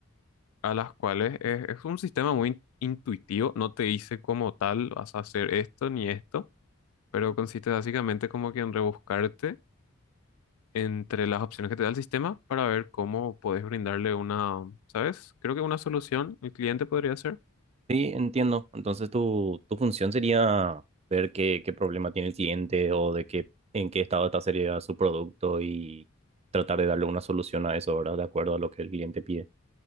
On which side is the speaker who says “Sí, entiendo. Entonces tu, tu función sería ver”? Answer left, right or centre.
Right